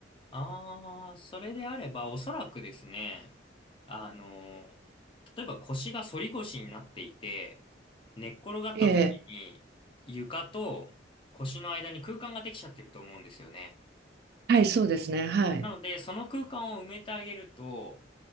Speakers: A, on the left; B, on the right.
A: ああ、それであれば、おそらくですね、あの、例えば腰が反り腰になっていて、寝っ転がった時に、
B: ええ、
A: 床と腰の間に空間ができちゃってると思うんですよね。
B: はい、そうですね、はい。
A: なので、その空間を埋めてあげると、